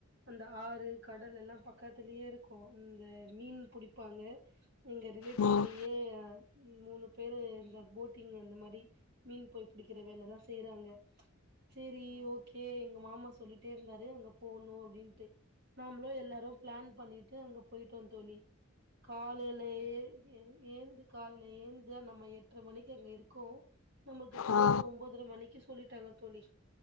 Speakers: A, on the right; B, on the left.
A: அந்த ஆறு கடல் எல்லா பக்கத் திலயே இருக்கு இங்க மீன் புடிப்பாங்க எங்க ரிலேட்டிவ்லயே
B: ம்
A: ம் மூணு பேரு இந்த போட்டிங் அந்த மாரி மீன் போய் புடிக்கிற வேலதா செய்றாங்க சேரி ஓகே எங்க மாமா சொல்லிட்டே இருந்தாரு அங்க போணு அப்டின்ட்டு நாம்ளு எல்லாரு பிளான் பண்ணிட்டு அங்க போய்ட்டோ தோழி காலைல ஏறி ஏந்து காலல ஏந்த் து நம்ம எட்ற மணிக்கு அங்க இருக்கவு நம்மளுக்கு ட்ரெயின்
B: ஆ ஆ ஆ ஆ சரி ஆ
A: ஒம்போதர மணி க்கு சொல்லிட்டாங்க தோழி